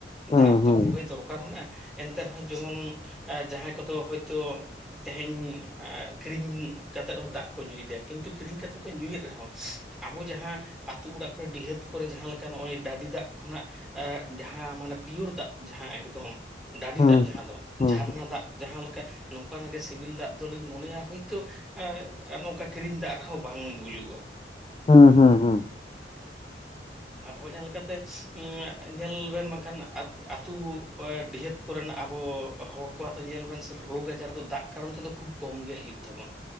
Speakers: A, on the left; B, in the centre.
A: ᱦᱩᱸ
B: ᱫᱟᱜ
A: ᱦᱩᱸ
B: ᱛᱚ ᱠᱷᱩᱵᱮ ᱫᱚᱨᱠᱟᱨ ᱢᱮᱱᱟᱜᱼᱟ ᱾ ᱮᱱᱛᱮ ᱨᱮᱦᱚᱸ ᱡᱮᱢᱚᱱ ᱮ ᱡᱟᱦᱟᱸᱭ ᱠᱚᱫᱚ ᱦᱚᱭᱛᱳ ᱛᱮᱦᱮᱧ ᱮ ᱟᱹᱠᱷᱨᱤᱧ ᱾ ᱠᱟᱛᱮᱫ ᱨᱮ ᱦᱚᱸ ᱫᱟᱜ ᱠᱚ ᱧᱩᱭ ᱫᱟ ᱠᱤᱱᱛᱩ ᱠᱤᱨᱤᱧ ᱠᱟᱛᱮᱫ ᱠᱚ ᱧᱩᱭᱮᱫ ᱨᱮᱦᱚᱸ ᱟᱵᱚ ᱡᱟᱦᱟᱸᱼᱼ ᱟᱹᱛᱩ ᱚᱲᱟᱜ ᱠᱚᱨᱮ ᱰᱤᱦᱟᱹᱛ ᱠᱚᱨᱮ ᱡᱟᱦᱟᱸ ᱞᱮᱠᱟ ᱱᱚᱜᱼᱚᱭ ᱰᱟᱹᱰᱤ ᱫᱟᱜ ᱠᱷᱚᱱᱟᱜ ᱡᱟᱦᱟᱸ ᱢᱟᱱᱮ ᱯᱤᱭᱳᱨ ᱫᱟᱜ ᱡᱟᱦᱟᱸ ᱮᱠᱫᱚᱢ ᱰᱟᱹᱰᱤ
A: ᱦᱩᱸ
B: ᱫᱟᱜ ᱡᱟᱦᱟ ᱫᱚ
A: ᱦᱩᱸ
B: ᱡᱷᱟᱨᱱᱟ ᱫᱟᱜ ᱡᱟᱦᱟᱸ ᱞᱮᱠᱟ ᱱᱚᱝᱠᱟᱱᱟᱜ ᱜᱮ ᱥᱤᱵᱤᱞ ᱫᱟᱜ ᱫᱚᱞᱤᱧ ᱢᱚᱱᱮᱭᱟ ᱦᱳᱭᱛᱳ ᱟᱨ ᱱᱚᱝᱠᱟ ᱠᱤᱨᱤᱧ ᱫᱟᱜ ᱨᱮᱦᱚᱸ ᱵᱟᱝ ᱵᱩᱡᱩᱜᱼᱟ᱾
A: ᱦᱚᱸ ᱦᱚᱸ ᱦᱚᱸ
B: ᱦᱩᱭ ᱚᱱᱟ ᱞᱮᱠᱟᱛᱮ ᱧᱮᱞ ᱵᱮᱱ ᱵᱟᱝᱠᱷᱟᱱ ᱟᱹᱛᱩ ᱰᱤᱦᱟᱹᱛ ᱠᱚᱨᱮᱱ ᱟᱵᱚ ᱦᱚᱲ ᱠᱚᱣᱟᱜ ᱧᱮᱞ ᱵᱮᱱ ᱥᱮ ᱨᱳᱜᱽ ᱟᱡᱟᱨ ᱫᱚ ᱫᱟᱜ ᱠᱟᱨᱚᱱ ᱛᱮᱫᱚ ᱠᱚᱢ ᱜᱮ ᱦᱩᱭᱩᱜ ᱛᱟᱵᱚᱱ